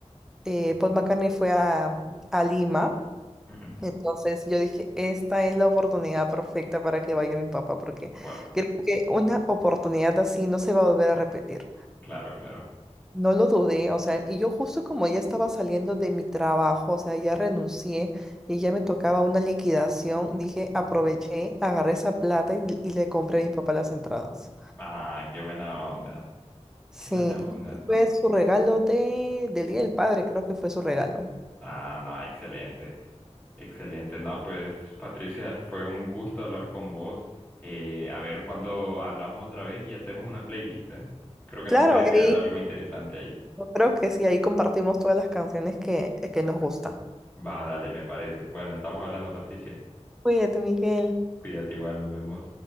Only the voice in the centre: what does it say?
eh, Paul McCartney fue a, a Lima.
Entonces yo dije, esta es la oportunidad perfecta para que vaya mi papá, porque
creo que una oportunidad así no se va a volver a repetir.
No lo dudé, o sea, y yo justo como ya estaba saliendo de mi trabajo, o sea, ya renuncié y ya me tocaba una liquidación, dije,
aproveché, agarré esa plata y, y le compré a mi papá las entradas.
Sí,
fue su regalo de, del Día del Padre, creo que fue su regalo.
Claro,
ahí
Yo creo que sí, ahí compartimos todas las canciones que, que nos gustan.
Cuídate, Miguel.